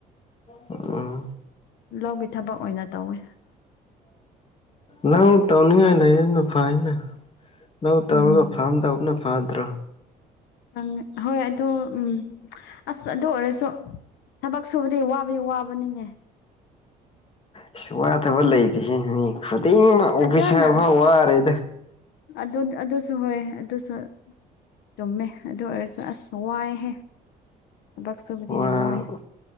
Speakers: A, on the left (about 35°); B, on the left (about 80°).
A: ꯎꯝ
B: ꯂꯧꯒꯤ ꯊꯕꯛ ꯑꯣꯏꯅ ꯇꯧꯋꯦ
A: ꯅꯪ ꯇꯧꯅꯤꯡꯉꯥꯏ ꯂꯩꯌꯦꯗꯣ ꯐꯩꯏꯅꯦ ꯂꯧ ꯇꯧꯔꯒ
B: ꯎꯝ
A: ꯐꯥꯝ ꯇꯧꯕꯅ ꯐꯗ꯭ꯔꯣ
B: ꯑꯪ ꯍꯣꯏ ꯑꯗꯨ ꯎꯝ ꯑꯁ ꯑꯗꯨ ꯑꯣꯏꯔꯁꯨ ꯊꯕꯛ ꯁꯨꯕꯗꯤ ꯋꯥꯕꯗꯤ ꯋꯥꯕꯅꯤꯅꯦ
A: ꯏꯁ ꯋꯥꯗꯕ ꯂꯩꯇꯦꯍꯦ ꯃꯤ ꯈꯨꯗꯤꯡꯃꯛ
B: ꯐꯖꯅ
A: ꯑꯣꯐꯤꯁꯥꯔ ꯐꯥꯎ ꯋꯥꯔꯦꯗ
B: ꯑꯗꯨ ꯑꯗꯨꯁꯨ ꯍꯣꯏ ꯑꯗꯨꯁꯨ ꯆꯨꯝꯃꯦ ꯑꯗꯨ ꯑꯣꯏꯔꯁꯨ ꯑꯁ ꯋꯥꯏꯍꯦ ꯊꯕꯛ ꯁꯨꯕꯗꯤ
A: ꯋꯥ
B: ꯌꯥꯝ ꯋꯥꯏ